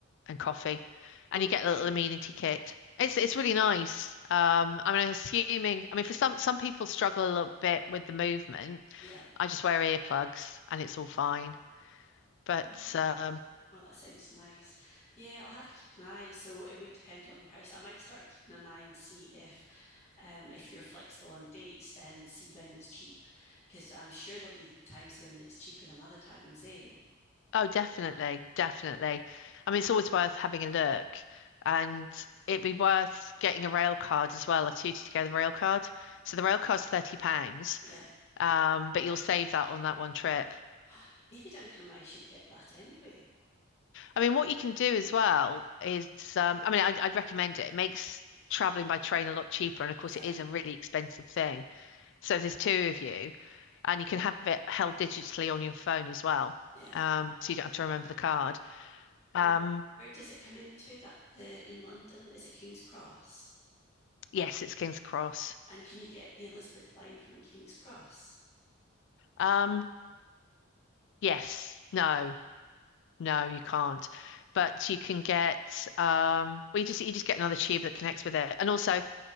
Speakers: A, on the left; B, on the left.
A: and coffee. And
B: Oh,
A: you get a little amenity kit. It's it's really nice. Um, I mean, I'm assuming, I mean, for some some people struggle a little bit with the movement.
B: yeah.
A: I just wear earplugs and it's all fine. But
B: Ah,
A: um,
B: Oh, that sounds nice. Yeah, I'll have to keep an eye. So it would depend on price. I might start keeping an eye and see if um, if you're flexible on dates, then see when it's cheap, because I'm sure there'll be times when it's cheaper than other times, eh?
A: oh, definitely, definitely. I mean, it's always worth having a look, and it'd be worth getting a rail card as well, a two together rail card. So the rail card's thirty pounds
B: Yeah.
A: Um, but you'll save that on that one trip.
B: <gasps> Maybe Duncan and I should get that anyway.
A: I mean, what you can do as well is, um, I mean, I'd, I'd recommend it. It makes traveling by train a lot cheaper. And of course,
B: Yeah,
A: it is a really expensive thing. So if there's two of you, and you can have it held digitally on your phone as well.
B: yeah.
A: Um, so you don't have to remember the card. Um,
B: And where does it come into that the in London? Is it King's Cross?
A: yes, it's King's Cross.
B: And can you get the Elizabeth line from King's Cross?
A: Um, yes, no, no, you can't. But you can get, um, well, you just you just get another tube that connects with it, and also